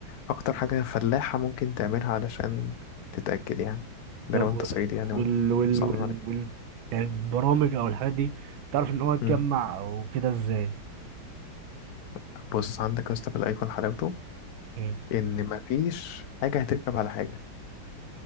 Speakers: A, on the left; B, on the right.
A: اكتر حاجة فلاحة ممكن تعملها علشان تتأكد يعني ده
B: طب
A: لو انت صعيدي يعني
B: وال
A: ومصمم
B: وال وال,
A: على كده
B: وال... يعني البرامج او الحاجات دي بتعرف ان هو يتجمع
A: مم.
B: او كده ازاي
A: طب بص عندك يا اسطى في الايفون حلاوته
B: مم.
A: ان مفيش حاجة هتركب على حاجة